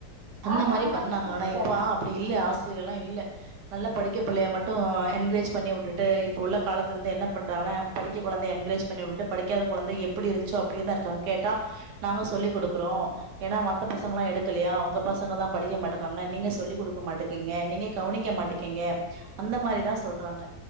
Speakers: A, on the right; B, on the right.
A: அந்த
B: ஆமா
A: மாரிப்
B: ஆமாங்க
A: பண்ணாங்க
B: சிஸ்டர்
A: ஆனா இப்ப அப்டி இல்ல ஆச் இதுங்கலா இல்ல நல்ல படிக்க பிள்ளைய மட்டு என்கரேஜ் பண்ணி விட்டுட்டு இப்ப உள்ள காலத்துல இருந்து என்ன பண்றாங்கன்னா படிக்க கெழந்தைய என்கரேஜ் பண்ணி விட்டு படிக்காத கொழந்த எப்டி இருந்ச்சோ அப்டியேதா இருக்காங்க கேட்டா நாங்க சொல்லிக் கொடுக்குறோ எனா மத்த பசங்கல்லா எடுக்கலையா உங்க பசங்க தா படிக்க மாட் ட்டுக்கோங்க நீங்க சொல்லி குடுக்க மாட்டிக்கிங்க நீங்க கவனிக்க மாட்டிங்கிங்க அந்த மாரிதா சொல்றாங்க